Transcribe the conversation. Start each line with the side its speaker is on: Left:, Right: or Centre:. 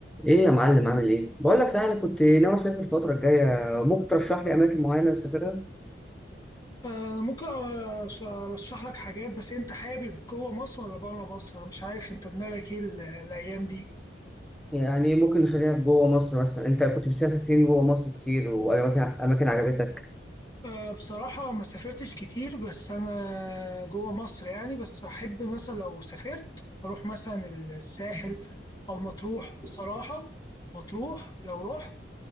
Centre: ايه يا معلم عامل ايه؟ بقول لك صحيح انا كنت ناوي اسافر الفترة الجاية ممكن ترشح لي اماكن معينة اسافرها؟
Left: أنا ممكن أش- أرشح لك حاجات بس أنت حابب جوه مصر ولا بره مصر؟ أنا مش عارف أنت دماغك إيه ال- الأيام دي.
Centre: يعني ممكن نخليها في جوه مصر مثلا انت كنت بتسافر فين جوه مصر كتير واماكن اماكن عجبتك؟
Left: أه، بصراحة ما سافرتش كتير بس أنا جوه مصر يعني بس بحب مثلا لو سافرت أروح مثلا الساحل أو مطروح بصراحة مطروح لو رحت